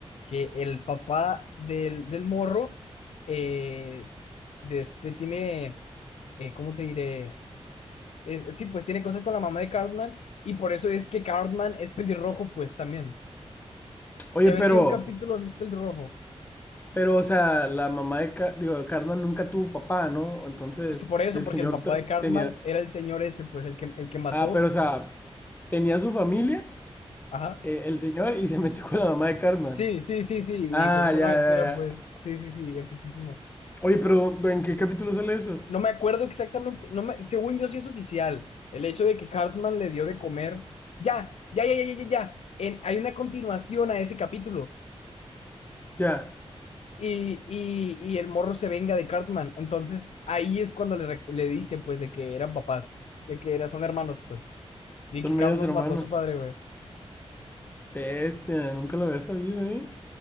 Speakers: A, on the left; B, on the left.
A: que el papá del, del morro, eh, de este tiene, eh, ¿cómo te diré? Eh, sí, pues tiene cosas con la mamá de Cartman y por eso es que Cartman es pelirrojo, pues también.
B: Oye,
A: Ya
B: pero,
A: ves que hay un capítulo donde es pelirrojo.
B: pero, o sea, la mamá de, Car digo, Cartman nunca tuvo papá, ¿no? Entonces,
A: Pues por eso,
B: el
A: porque
B: señor
A: el papá
B: t-
A: de Cartman
B: tenía,
A: era el señor ese, pues el que, el que mató.
B: ah, pero, o sea, tenía su familia,
A: Ajá.
B: eh, el señor, y se metió con la mamá de Cartman.
A: Sí, sí, sí, sí,
B: Ah,
A: y fue como
B: ya,
A: una aventura,
B: ya, ya.
A: pues. Sí, sí, sí, epiquísima.
B: Oye, pero ¿en qué capítulo sale eso?
A: No me acuerdo exactamente, no me, según yo sí es oficial, el hecho de que Cartman le dio de comer. Ya, ya, ya, ya, ya, ya. ya. En- hay una continuación a ese capítulo
B: Ya,
A: y, y, y el morro se venga de Cartman. Entonces ahí es cuando le, rec- le dice pues de que eran papás, de que eran, son hermanos pues, y
B: son
A: que
B: medios
A: Cartman
B: hermanos.
A: mató a su padre, güey.
B: Bestia, nunca lo había sabido, ¿eh?